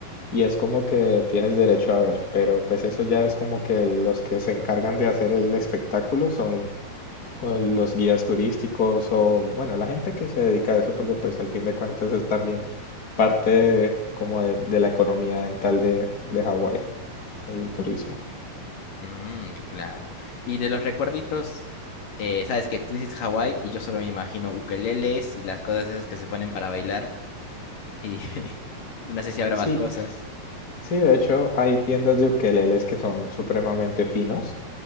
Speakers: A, on the left (about 25°); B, on the left (about 60°).
A: y es como que tienes derecho a ver, pero pues eso ya es como que los que se encargan de hacer el espectáculo son O los guías turísticos o, bueno, la gente que se dedica a eso porque pues al fin de cuentas es también parte de- como de, de la economía dental de, de Hawái, el turismo.
B: Mm, claro. Y de los recuerditos, eh, sabes que tú dices Hawái y yo solo me imagino ukeleles y las cosas esas que se ponen para bailar y, <laughs> y no sé si habrá
A: Sí,
B: más cosas.
A: sí, de hecho hay tiendas de ukeleles que son supremamente finos